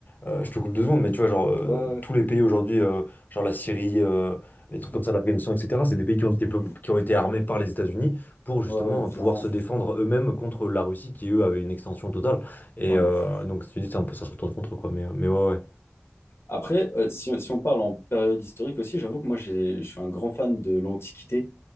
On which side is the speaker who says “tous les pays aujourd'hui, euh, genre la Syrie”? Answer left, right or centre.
Left